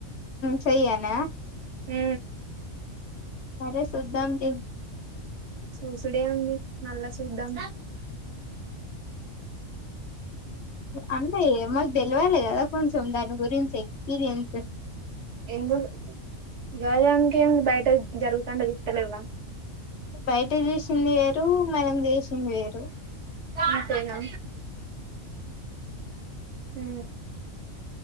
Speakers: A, on the left (about 65°); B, on the right (about 60°).
A: చేయనా
B: హు
A: సరే సుద్దం తీ
B: చూసుడే ఉంది మల్లా చూద్దాం
A: అంటే ఏమో తెెలవాలి కదా కొంచెం దాని గురించి పేరెన్స్
B: ఎది అన్క బయట జరుగుతుండ సూతలేవా
A: బయటే చసి వేరు మనం చేసింది వేరు
B: అంతేనా హ